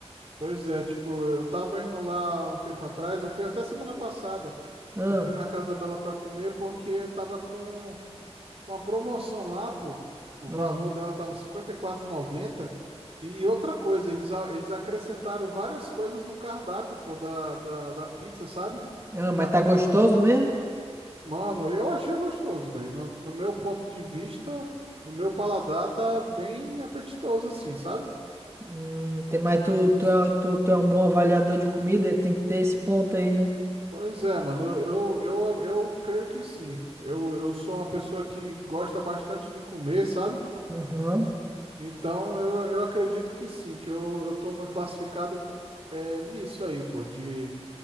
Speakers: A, on the right (about 65°); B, on the right (about 25°).
A: pois é. Tipo, eu tava indo lá um tempo atrás, eu fui até semana passada.
B: Ah,
A: Eu fui na Casa Bela pra comer porque tava com. Com a promoção lá, pô, o valor
B: ah,
A: dela tava 54,90. E quatro e noventa. E outra coisa, eles, a- eles acrescentaram várias coisas no cardápio, pô, da, da, da pizza, sabe?
B: ah, mas
A: Tá
B: tá
A: com.
B: gostoso mesmo?
A: Mano, eu achei gostoso, velho. No, no meu ponto de vista, no meu paladar, tá bem apetitoso, assim, sabe?
B: Hum, tem- mas tu,
A: Meus-
B: tu, é, tu, tu é um bom avaliador de comida, tem que ter esse ponto aí, né?
A: Pois é, mano, eu, eu, eu, eu creio que sim. Eu, eu sou uma pessoa que gosta bastante de comer, sabe?
B: Aham.
A: Então, eu, eu acredito que sim, que eu, eu tô na- classificado co- é, nisso aí, pô, de